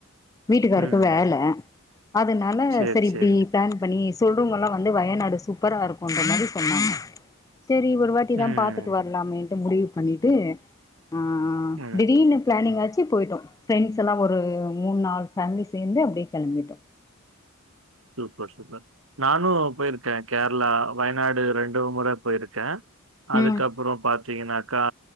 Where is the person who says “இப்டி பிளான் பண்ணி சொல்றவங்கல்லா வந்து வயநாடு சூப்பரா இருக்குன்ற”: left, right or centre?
Left